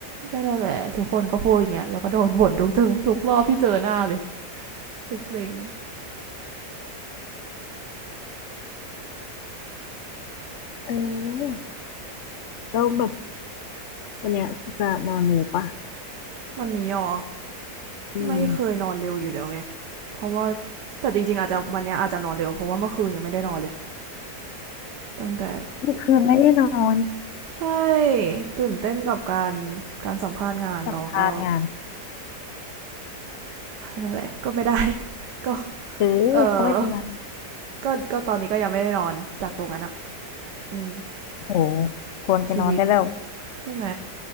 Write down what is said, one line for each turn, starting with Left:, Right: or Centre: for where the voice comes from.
Right: ก็นั่นแหละทุกคนก็พูดอย่างเงี้ยแล้วก็โดนบ่นทุกเจอทุกรอบที่เจอหน้าเลยสิซิง
Left: เออแล้วแบบวันเนี้ยจะนอนเร็วปะ
Right: ๆวันนี้อ๋อ
Left: อืม
Right: ไม่เคยนอนเร็วอยู่แล้วไงเพราะว่าแต่จริงๆอาจจะวันเนี้อาจจะนอนเร็วเพราะว่าเมื่อคืนยังไม่ได้นอนเลยตั้งแต่
Left: เมื่อคืนไม่ได้นอน
Right: ใช่ตื่นเต้นกับการการสัมภาษณ์งานแล้วก็
Left: สัมภาษณ์งาน
Right: นั่นแหละก็ไม่ได้ <laughs> ก็
Left: เออ
Right: เออ
Left: ก็ไม่เป็นไร
Right: ก็ก็ตอนนี้ก็ยังไม่ได้นอนจากตรงนั้นอ่ะอืม
Left: โหควรไปนอนได้แล้ว
Right: ชีวิตใช่ไหม